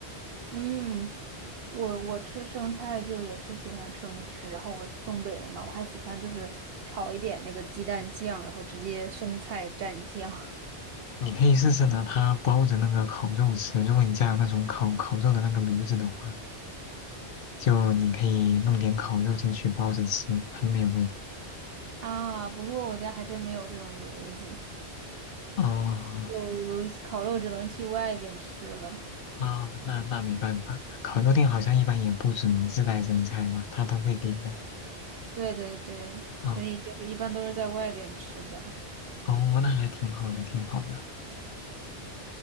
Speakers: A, on the right; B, on the left.
A: 嗯，我我吃生菜就也是喜欢生吃，然后我是东北人嘛，我还喜欢就是炒一点那个鸡蛋酱，然后直接生菜蘸酱 <laughs>
B: 你可以试试拿它包着那个烤肉吃。如果你家有那种烤烤肉的那个炉子的话，就你可以弄点烤肉进去包着吃，很美味。
A: 啊。不过我家还真没有这种炉子，
B: 哦，
A: 就烤肉只能去外边吃了。
B: 啊，那那没办法，烤肉店好像一般也不准自带生菜吧，他都会给的。
A: 对对对，所以就是一般都是在外边吃的。
B: 哦哦，那还挺好的，挺好的。